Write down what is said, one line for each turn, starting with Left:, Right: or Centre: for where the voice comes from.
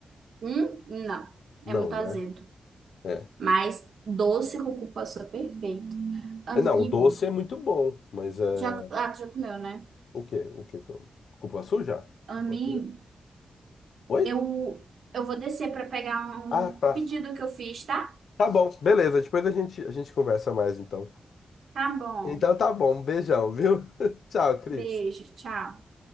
Right: Hum? Não,
Left: Não,
Right: é muito
Left: né?
Right: azedo.
Left: É.
Right: Mas doce com cupuaçu é perfeito. Amigo,
Left: É, Não, o doce é muito bom, mas é.
Right: já, ah, tu já comeu, né?
Left: O quê? O quê que eu. Cupuaçu já?
Right: Amigo.
Left: Cupuaçu já? Oi?
Right: Eu, eu vou descer para pegar um
Left: Ah, tá.
Right: pedido que eu fiz, tá?
Left: Tá bom, beleza. Depois a gente, a gente conversa mais então.
Right: Tá bom.
Left: Então tá bom, um beijão, viu? <laughs> Tchau, Cris.
Right: Beijo, tchau.